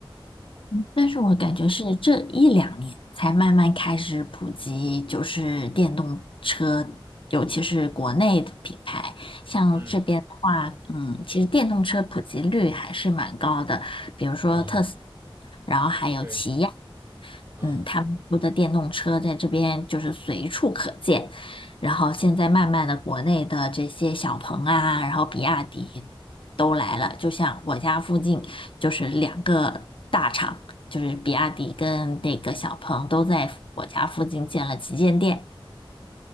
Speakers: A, on the left; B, on the right.
A: 但是我感觉是这一两年才慢慢开始普及，
B: 嗯，
A: 就是电动车，尤其是国内的品牌。像这边的话，
B: 嗯
A: 嗯，其实电动车普及率还是蛮高的，比如说特斯拉，
B: 哦，
A: 然后还有起亚。
B: 对，嗯
A: 嗯，他们说的电动车在这边就是随处可见，然后现在慢慢的国内的这些小鹏啊，然后比亚迪都来了，就像我家附近就是两个大厂，就是比亚迪跟那个小鹏都在我家附近建了旗舰店。